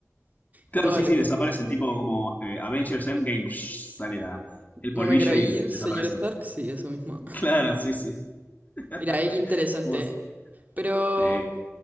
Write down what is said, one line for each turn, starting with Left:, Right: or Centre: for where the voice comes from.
Left: Claro,
Right: A todos
Left: sí,
Right: los...
Left: sí, desaparecen, tipo como eh, Avengers Endgame, <sniffs> sale la, el
Right: No
Left: polvillo
Right: me quiero ir,
Left: y desaparecen.
Right: señor Stark. Sí, eso mismo.
Left: <laughs> Claro, sí, sí. <laughs>
Right: Mira, es interesante,
Left: ¿Cómo es?
Right: ¿eh? Pero
Left: Sí.